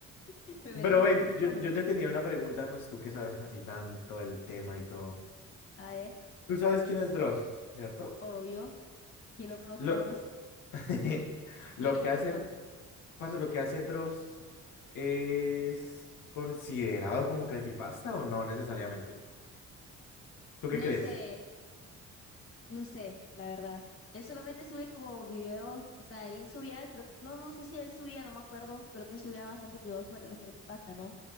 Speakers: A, on the left (about 45°); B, on the left (about 90°).
A: <laughs> me metían
B: Pero ven,
A: al manicomio.
B: yo, yo te tenía una pregunta, pues tú que sabes así tanto el tema y todo.
A: A ver.
B: Tú sabes quién es Dross, ¿cierto?
A: Obvio, ¿quién no conoce
B: Lo,
A: a Dross?
B: <laughs> lo
A: Yo creo
B: que
A: que tú,
B: hace,
A: no mentira.
B: parce, lo que hace Dross es considerado como creepypasta o no necesariamente. ¿Tú qué
A: No
B: crees?
A: sé, no sé, la verdad. Él solamente sube como videos, o sea, él subía, creo, no, no sé si él subía, no me acuerdo, creo que subía bastantes videos sobre los creepypasta, ¿no?